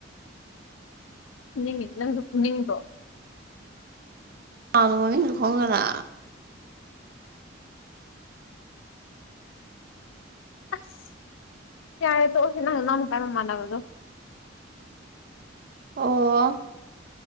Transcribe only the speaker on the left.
ꯅꯤꯡꯉ ꯅꯪꯁꯨ ꯄꯨꯅꯤꯡꯕꯣ
ꯑꯁ ꯌꯥꯔꯦ ꯇꯁꯤ ꯅꯪ ꯅꯃꯨ ꯀꯥꯏꯔ ꯃꯥꯗꯕꯗꯣ